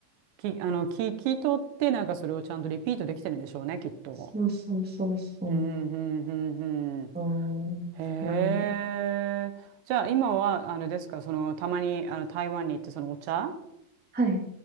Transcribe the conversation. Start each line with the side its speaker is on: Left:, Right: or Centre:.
Right: き、あの、聞、聞い取ってなんかそれをちゃんとリピートできてるんでしょうね、きっと。
Centre: そうそうそうそ
Right: うん、うん、うん、うん。
Centre: う。うん、
Right: へえ。
Centre: なので。
Right: じゃあ今は、あのですか、その、たまに、あの、台湾に行って、そのお茶
Centre: はい。